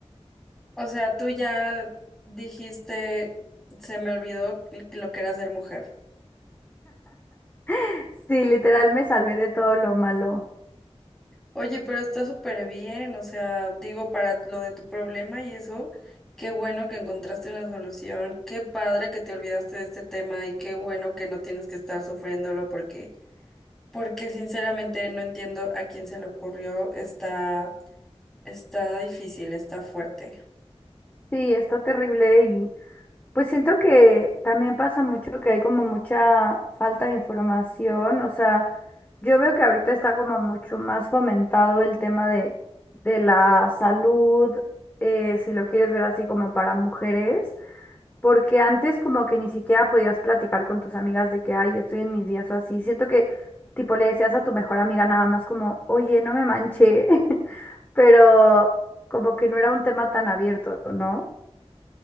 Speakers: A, in the centre; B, on the left.
A: O sea, tú ya dijiste, se me olvidó lo que era ser mujer.
B: <laughs> Sí, literal me salvé de todo lo malo.
A: Oye, pero está súper bien, o sea, digo, para lo de tu problema y eso, qué bueno que encontraste una solución, qué padre que te olvidaste de este tema y qué bueno que no tienes que estar sufriéndolo porque, porque sinceramente no entiendo a quién se le ocurrió, está, está difícil, está fuerte.
B: Sí, está terrible y pues siento que también pasa mucho que hay como mucha falta de información, o sea... Yo veo que ahorita está como mucho más fomentado el tema de, de la salud, eh, si lo quieres ver así como para mujeres, porque antes como que ni siquiera podías platicar con tus amigas de que, ay, estoy en mis días o así. Siento que tipo le decías a tu mejor amiga nada más como, oye, no me manché, <laughs> pero como que no era un tema tan abierto, ¿no?